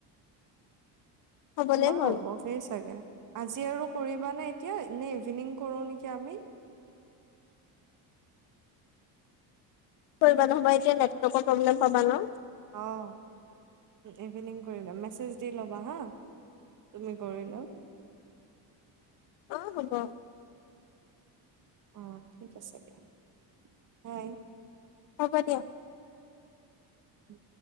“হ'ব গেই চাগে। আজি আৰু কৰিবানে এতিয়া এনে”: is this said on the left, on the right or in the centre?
Right